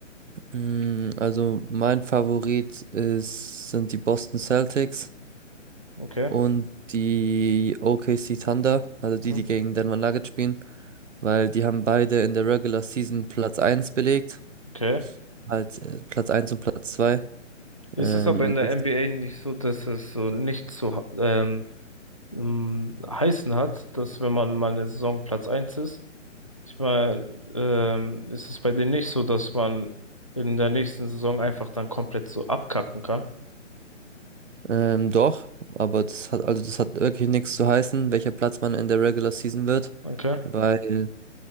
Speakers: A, on the right; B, on the left.
A: mm, also mein Favorit ist, sind die Boston Celtics.
B: Okay.
A: und die OKC Thunder, also
B: Mhm.
A: die, die gegen Denver Nuggets spielen, weil die haben beide in der Regular Season Platz eins belegt,
B: Okay.
A: halt äh, Platz eins und Platz zwei
B: Ist
A: Ähm,
B: es aber
A: und
B: in der
A: das,
B: NBA nicht so, dass es so nicht so ähm, ähm, heißen hat, dass wenn man mal eine Saison Platz eins ist, Ich meine, ähm, ist es bei denen nicht so, dass man in der nächsten Saison einfach dann komplett so abkacken kann?
A: ähm, doch, aber das hat, also das hat wirklich nichts zu heißen, welcher Platz man in der Regular Season wird,
B: Okay.
A: weil